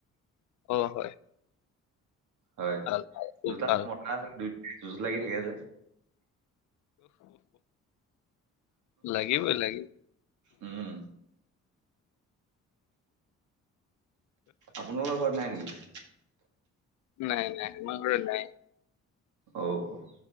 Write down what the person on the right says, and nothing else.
হয়
দুটা
মতা আছে, দুইটাই যুঁজ লাগি থাকে যে
উম আপোনালোকৰ ঘৰত নাই নেকি?
অ'